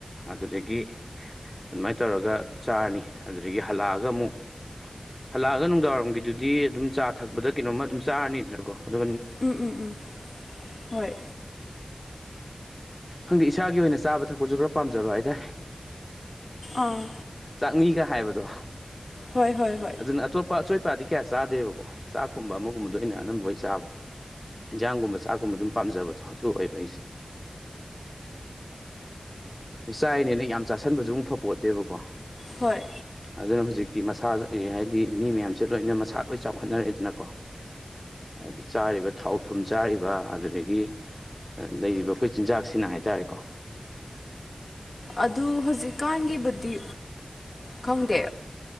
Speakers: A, on the left; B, on the left.
A: ꯑꯗꯨꯗꯒꯤ ꯑꯗꯨꯃꯥꯏꯅ ꯇꯧꯔꯒ ꯆꯥꯔꯅꯤ ꯑꯗꯨꯗꯒꯤ ꯍꯜꯂꯛꯑꯒ ꯑꯃꯨꯛ ꯍꯜꯂꯛꯑꯒ ꯅꯨꯡꯗꯥꯡꯏꯔꯝꯒꯤꯗꯨꯗꯤ ꯑꯗꯨꯝ ꯆꯥ ꯊꯛꯄꯗ ꯀꯩꯅꯣꯝꯃ ꯑꯗꯨꯝ ꯆꯥꯔꯅꯤꯗ ꯑꯗꯨ
B: ꯎꯝ ꯎꯝ ꯎꯝ ꯍꯣꯏ
A: ꯍꯪꯗꯤꯦ ꯏꯁꯥꯒꯤ ꯑꯣꯏꯅ ꯆꯥꯕ ꯊꯛꯄꯁꯨ ꯈꯔ ꯄꯥꯝꯖꯕ ꯍꯥꯏꯇꯥꯔꯦ
B: ꯑꯥ
A: ꯆꯥꯛꯅꯤꯒ ꯍꯥꯏꯕꯗꯣ
B: ꯍꯣꯏ ꯍꯣꯏ ꯍꯣꯏ
A: ꯑꯗꯨꯅ ꯑꯇꯣꯞꯄ ꯑꯆꯣꯏ ꯑꯄꯥꯗꯤ ꯀꯌꯥ ꯆꯥꯗꯦꯕꯀꯣ ꯆꯥꯛꯀꯨꯝꯕ ꯑꯃꯒꯨꯝꯕꯗ ꯑꯣꯏꯅ ꯑꯅꯝꯕꯒꯤ ꯆꯥꯕꯗꯣ ꯌꯦꯟꯖꯥꯡꯒꯨꯝꯕ ꯆꯥꯛꯀꯨꯝꯕ ꯑꯗꯨꯝ ꯄꯥꯝꯖꯕꯗꯣ ꯑꯗꯨ ꯑꯣꯏꯕ ꯑꯩꯁꯦ ꯆꯥꯏꯅꯦ ꯅꯪ ꯌꯥꯝ ꯆꯥꯁꯟꯕꯁꯨ ꯑꯃꯨꯛ ꯐꯄꯣꯠꯇꯦꯕꯀꯣ
B: ꯍꯣꯏ
A: ꯑꯗꯨꯅ ꯍꯧꯖꯤꯛꯇꯤ ꯃꯁꯥ ꯀ ꯍꯥꯏꯗꯤ ꯃꯤ ꯃꯌꯥꯝꯁꯦ ꯂꯣꯏꯅ ꯃꯁꯥ ꯂꯣꯏ ꯆꯥꯎꯈꯠꯅꯔꯦꯗꯅꯀꯣ ꯍꯥꯏꯗꯤ ꯆꯥꯔꯤꯕ ꯊꯥꯎ ꯊꯨꯝ ꯆꯥꯔꯤꯕ ꯑꯗꯨꯗꯒꯤ ꯂꯩꯔꯤꯕ ꯑꯩꯈꯣꯏ ꯆꯤꯟꯖꯥꯛꯁꯤꯅ ꯍꯥꯏꯇꯥꯔꯦꯀꯣ
B: ꯑꯗꯨ ꯍꯧꯖꯤꯛꯀꯥꯟꯒꯤꯕꯨꯗꯤ ꯈꯪꯗꯦ